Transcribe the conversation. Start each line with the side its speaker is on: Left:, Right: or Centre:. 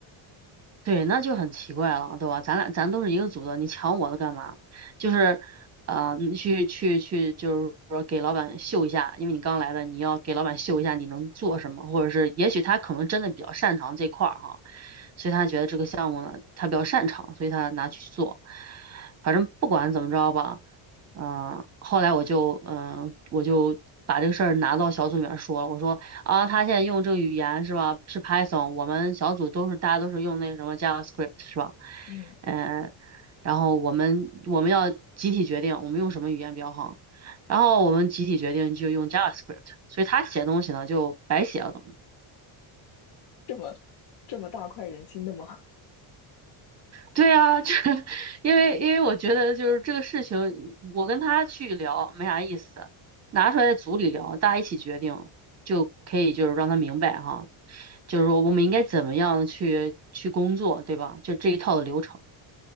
Right: 对，那就很奇怪了，对吧？咱俩咱都是一个组的，你抢我的干嘛？就是，呃，你去去去，就是说给老板秀一下，因为你刚来的，你要给老板秀一下你能做什么，或者是也许他可能真的比较擅长这块儿哈，所以他觉得这个项目呢，他比较擅长，所以他拿去做。反正不管怎么着吧，嗯、后来我就嗯、呃我就把这个事儿拿到小组里面说了，我说。啊，他现在用这个语言是吧？是 Python，我们小组都是大家都是用那个什么 JavaScript 是吧？
Left: 嗯，
Right: 嗯、然后我们我们要集体决定我们用什么语言比较好，然后我们集体决定就用 JavaScript，所以他写东西呢就白写了等于。
Left: 这么这么大快人心的吗？
Right: 对啊，这 <laughs> 因为因为我觉得就是这个事情，我跟他去聊没啥意思，拿出来组里聊，大家一起决定就可以，就是让他明白哈，就是说我们应该怎么样去去工作，对吧？就这一套的流程。